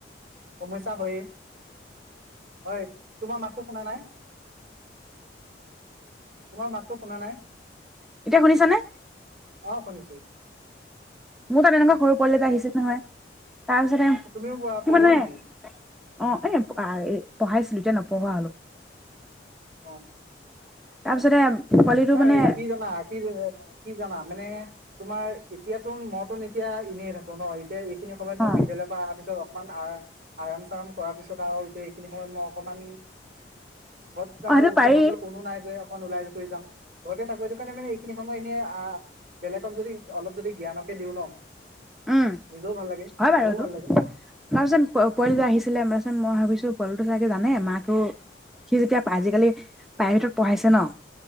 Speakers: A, on the right; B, in the centre.
A: সমস্যা হয়ে হয়। তোমাৰ মাতটো শুনা নাই। তোমাৰ মাতটো শুনা নাই।
B: এতিয়া শুনিছানে?
A: অ শুনিছোঁ।
B: মোৰ তাত তেনেকুৱা সৰু পোৱালি এটা আহিছে। নহয়। তাৰ পিছতে ম
A: তুমিও কোৱা, পঢ়োৱা
B: মানে
A: নেকি
B: অ এ পঢ়াইছিলো এতিয়া ন। পঢ়ালো।
A: অ।
B: তাৰ পিছতে। পোৱালিটো
A: নাই
B: মানে
A: এ কি জানা কি যে। কি জানা মানে তোমাৰ এতিয়াতো মইতোন এতিয়া এনেই থাকো ন এতিয়া। সেইখিনি সময়ত মই
B: অ
A: বিদয়ালয়ৰ পৰা অহাৰিছত অকণমান। আৰাম চৰাম কৰাৰ পিছত আৰু এতিয়া ইখিনি সময়ত মই অকমান। আগত
B: অ
A: আৰু
B: সেইটো
A: ওচৰ
B: পাৰি
A: পাজৰ কোনো নাই যে অকল ওলাই থৈ যাম। ঘৰতে থাকো সেইটো কাৰণে মানে সেইখিনি। ত'এনে আহ বেলেগক যদি অলপ যদি জ্ঞানকে দিওঁ ন।
B: উম
A: নিজেও ভাল লাগে
B: হয়
A: নিজেও
B: বাৰু এইটো
A: ভাল লাগে
B: তাৰ পাছত
A: অ
B: পোৱালি আহিছিল আমাৰ ওচৰত মই ভাবিছো পোৱালিটো চাগ। জানে মাকেও সি যেতিয়া আজিকালি প্ৰাইভেটত পঢ়াইছে ন'।